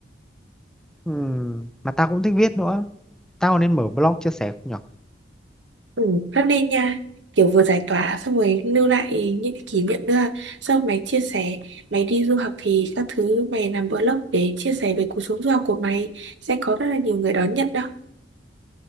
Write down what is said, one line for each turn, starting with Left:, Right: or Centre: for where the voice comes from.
Centre: Ừm, mà tao cũng thích viết nữa tao nên mở blog chia sẻ không nhở
Right: Ừ, rất nên nha kiểu vừa giải tỏa xong rồi lưu lại những cái kỷ niệm nữa xong mày chia sẻ mày đi du học thì các thứ mày làm vlog để chia sẻ về cuộc sống du học của mày sẽ có rất là nhiều người đón nhận đó